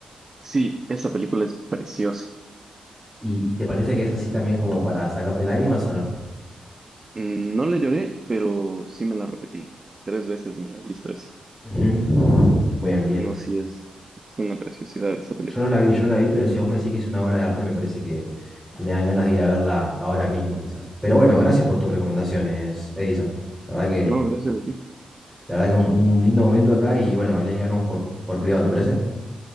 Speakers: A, on the right (about 25°); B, in the centre.
A: Sí, esa película es preciosa.
B: y y te parece que es así también como para sacarte lágrimas o no?
A: Mm, No le lloré, pero sí me la repetí. Tres veces me la he visto esa.
B: Ujú. Bien, bien.
A: No, sí es, es una preciosidad esa película.
B: Yo no la vi, yo no la vi, pero si vos me decís que es una obra de arte, me parece que, que me dan ganas de ir a verla ahora mismo, quizás. Pero bueno, gracias por tus recomendaciones, Edison. La verdad que,
A: No, gracias a ti.
B: la verdad que un, un lindo momento acá y bueno, ahí hablamos por, por privado, ¿te parece?